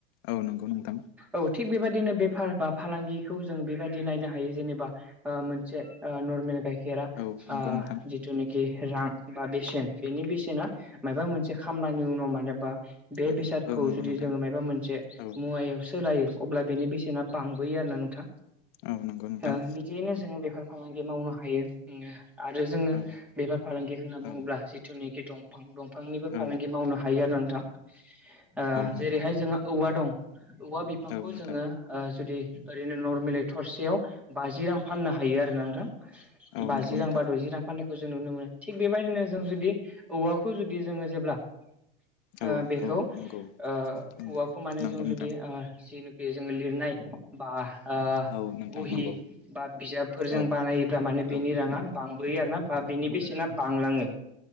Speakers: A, on the left (about 40°); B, in the centre.
A: औ नंगौ नोंथां।
B: औ थिग बेबायदिनो बेफार बा फालांगिखौ जों बेबायदि नायनो हायो जेनेबा ओ मोनसे ओ नर्मेल गाइखेरा
A: औ नंगौ
B: आ
A: नोंथां
B: जिथुनिखि रां बा बेसेन बेनि बेसेना मायबा मोनसे खामलानि उनाव मानोबा बे
A: औ
B: बेसादखौ
A: औ नंगौ
B: जुदि
A: नोंथां
B: जोङो मायबा मोनसे
A: औ
B: मुवायाव सोलायो अब्ला बेनि बेसेना बांबोयो आरोना नोंथां।
A: औ नंगौ नोंथां
B: ओ बिदियैनो जोङो बेफार फालांगि मावनो हायो जोङो। आरो जोङो
A: औ
B: बेफार फालांगि होनना बुङोब्ला
A: औ
B: जिथुनि खि दंफां दंफांनिबो
A: औ
B: फालांगि मावनो हायो आरो नोंथां ओ
A: नों
B: जेरैहाय जोंहा औवा दं औवा बिफांखौ
A: औ नोंथां
B: जोङो ओ जुदि ओरैनो नरमेलि थरसेयाव बाजि रां फाननो हायो आरो ना नोंथां।
A: औ
B: बाजि
A: नंगौ
B: रां
A: नोंथां
B: बा दजि रां फानो जों नुनो मोनो थिग बेबायदिनो जों जुदि औवाखौ जुदि जोङो जेब्ला ओ
A: औ
B: बेखौ
A: औ
B: ओ
A: नंगौ उम
B: औवाखौ मानो
A: नंगौ
B: जों
A: नोंथां
B: जुदि ओ जिनुखि जोङो लिरनाय बा ओ
A: औ नोंथां
B: बहि
A: नंगौ
B: बा बिजाबफोरजों
A: औ
B: बानाय ग्रा माने बेनि
A: औ
B: राङा बांबोयो आरो ना बा बेनि बेसेना बांलाङो।